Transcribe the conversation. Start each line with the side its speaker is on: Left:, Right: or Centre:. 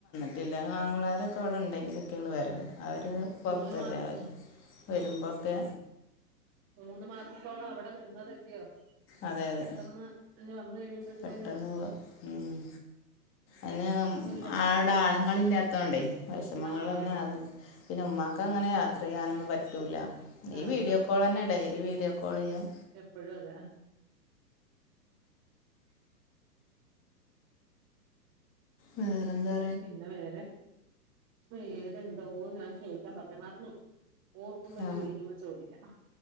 Left: ട്ടില്ല ആങ്ങളാരൊക്കെ അവിടെ ഇണ്ടെങ്കിലൊക്കൊളു വരവ് അവര് പൊറത്തല്ലേ
Right: മൂന്ന് മാസം
Left: അവര് വരുമ്പോക്കെ.
Right: മൂന്ന് മാസത്തോളം അവിടെ നിന്നതല്യോ.
Left: അതെ അതെ
Right: പെട്ടെന്ന് ഇങ്ങ് വന്ന് കഴിയുമ്പോഴ്ത്തേന്
Left: പെട്ടെന്ന് പോ ഉം അന്നെ
Right: അവർക്കും ഒരു വെഷമല്ലേ
Left: ആട
Right: കുഞ്ഞ്
Left: ആണുങ്ങള് ഇല്ലാത്തോണ്ടേ വിഷമങ്ങള്
Right: ആ
Left: ന്നെ
Right: അതെ
Left: ആകു പിന്നെ ഉമ്മാക്ക് അങ്ങനെ യാത്ര യ്യാനൊന്നും പറ്റൂല്ല
Right: ആ
Left: ഈ വീഡിയോ
Right: ആ
Left: കോളന്നെ ഡെയ്ലി വീഡിയോ കോള് യം.
Right: എപ്പഴും അതെ
Left: വേറെ എന്താ?
Right: പിന്നെ വേറെ വേറെ എന്തോ ഞാൻ ചോദിക്കൻ പറഞ്ഞു മാറന്നുപോയി. ഓർക്കുമ്പോ ഇനി
Left: ആ
Right: വിളിക്കുമ്പോ ചോദിക്കാം.